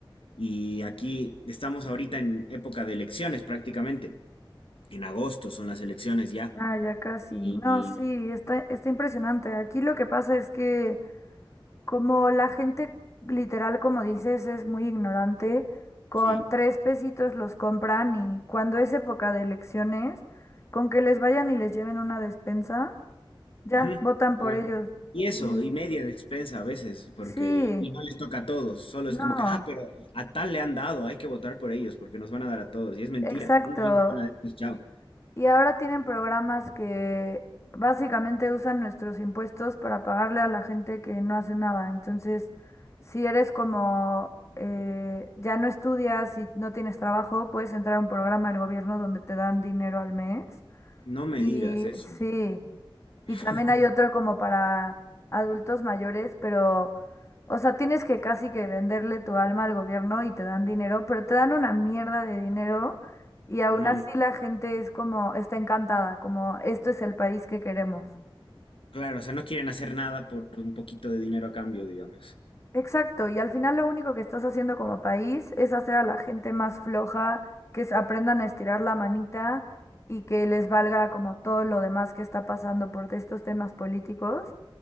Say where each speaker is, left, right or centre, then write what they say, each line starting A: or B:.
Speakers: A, on the left (about 80°); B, on the left (about 30°).
A: Y aquí estamos ahorita en época de elecciones prácticamente. En agosto son las elecciones ya.
B: Ah, ya casi.
A: Y
B: No,
A: y-
B: sí, está, está impresionante. Aquí lo que pasa es que como la gente literal, como dices, es muy ignorante, con
A: sí.
B: tres pesitos los compran y cuando es época de elecciones, con que les vayan y les lleven una despensa, ya,
A: ujú,
B: votan
A: igual.
B: por ellos.
A: Y eso,
B: y
A: y media de expensa a veces, porque
B: Sí,
A: y no les toca a todos, solo
B: no,
A: es como que, ah, pero a tal le han dado, hay que votar por ellos porque nos van a dar a todos. Y es mentira.
B: exacto.
A: Una vez, una vez, pues, chao.
B: Y ahora tienen programas que básicamente usan nuestros impuestos para pagarle a la gente que no hace nada. Entonces, si eres como eh, ya no estudias y no tienes trabajo, puedes entrar a un programa del gobierno donde te dan dinero al mes.
A: No me
B: Y
A: digas eso.
B: sí.
A: <laughs>
B: Y también hay otro como para adultos mayores, pero, o sea, tienes que casi que venderle tu alma al gobierno y te dan dinero, pero te dan una mierda de dinero y aún
A: Ujú,
B: así la gente es como, está encantada, como, esto es el país que queremos.
A: Claro, o sea, no quieren hacer nada por un poquito de dinero a cambio, digamos.
B: Exacto, y al final lo único que estás haciendo como país es hacer a la gente más floja, que se aprendan a estirar la manita y que les valga como todo lo demás que está pasando por estos temas políticos.